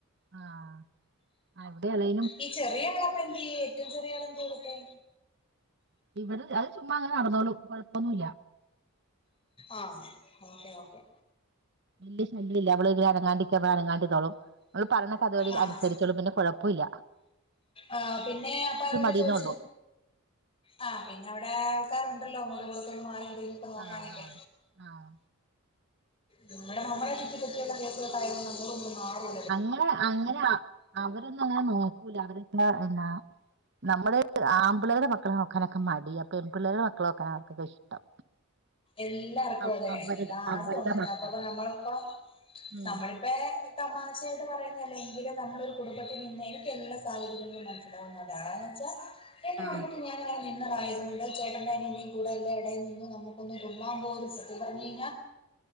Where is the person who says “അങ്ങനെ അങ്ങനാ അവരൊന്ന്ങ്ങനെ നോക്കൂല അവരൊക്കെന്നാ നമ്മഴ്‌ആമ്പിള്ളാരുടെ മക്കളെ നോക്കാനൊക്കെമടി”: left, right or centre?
Right